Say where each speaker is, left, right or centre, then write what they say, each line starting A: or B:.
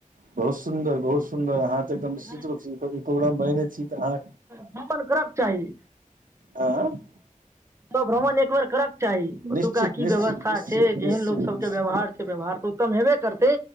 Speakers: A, on the right; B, on the right.
A: बहुत सुन्दर बहुत सु सुन्दर अहाँतऽ एकम
B: आँय
A: निश्चित रूप स प्रोग्राम अछी तऽ अहाँ।
B: भ्रमन करक चाही।
A: आँय
B: उमरो भ्रमण एक बेर कर के चाही
A: निश्चित
B: ओतुका की
A: निश्चित
B: व्यवस्था
A: निश्चित
B: छै केहन
A: निश्चित
B: लोक सब
A: निश्चित
B: के व्यवहार- व्यवहार तऽ उत्तम हेबे करतै